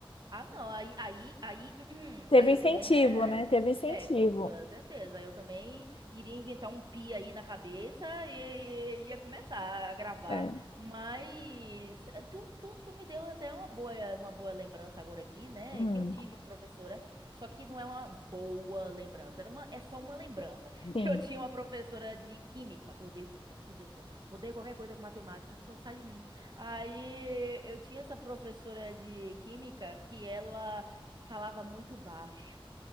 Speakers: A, on the right; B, on the left.
A: Ah, não, aí, aí, aí, <clears throat>
B: Teve
A: aí
B: incentivo,
A: eu também, né?
B: né? Teve incentivo.
A: É, com toda certeza. Aí Eu também iria inventar um pi aí na cabeça e, e- ia começar a gravar.
B: É.
A: Mas eh, tu, tu, tu me deu até uma boa, uma boa lembrança agora aqui, né?
B: Hum,
A: Que eu tive uma professora, só que não é uma boa lembrança, era uma, é só uma lembrança. <laughs>
B: sim.
A: Que eu tinha uma professora de química, odeio química, meu Deus do céu. Odeio qualquer coisa com matemática, só sai de mim. Aí eu tinha essa professora de química que ela falava muito baixo.